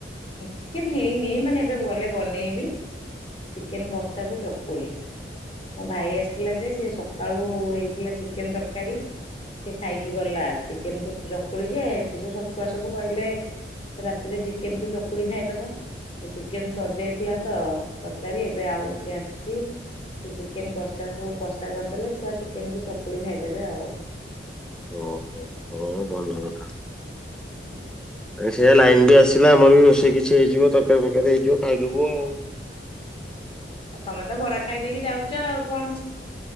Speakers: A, on the left (about 30°); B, in the centre.
A: ଚିକେନ ହେଇନି ମାନେ ଏବେ ଗଲେ ବନେଇବି। ଚିକେନ୍ କଷାକୁ ଚକୁଳି। ମୋ ଭାଇ ଆସିଥିଲା ଯେ ସେ ସକାଳୁ ହେଇଥିଲା ଚିକେନ ତରକାରୀ। ସେ ଖାଇକି ଗଲା ଚିକେନ କ ଚକୁଳି ଯେ ସେ ଯୋଉ ସଛଛୁଆ ସବୁ କହିଲେ ରାତିରେ ଚିକେନ କୁ ଚକୁଳି ଖାଇଦବା। ଚିକେନ ସରିଯାଇଥିଲା ତ ତରକାରୀ ଏବେ ଆଉ ଟିକେ ଆସିଛି। ସେ ଚିକେନ୍ କଷାକୁ କଷା କରିଦେଲେ ଛୁଆ ଚିକେନକୁ ଚକୁଳି ଖାଇଦେବେ ଆଉ।
B: ଓହୋ। ହ ଭଲ କଥା।
A: ହୁଁ।
B: ସେଇଆ ଲାଇନ ବି ଆସିଲା ଆମର ବି ବୋଷେଇ କିଛି ହେଇଯିବ ତରକାରୀ ଫରକାରୀ ହେଇଯିବ ଖାଇଦବ ଆଉ।
A: ଆଉ ତମେ ତ ବରା ଖାଇ ଦେଇକି ଯାଉଛ ଆଉ କଣ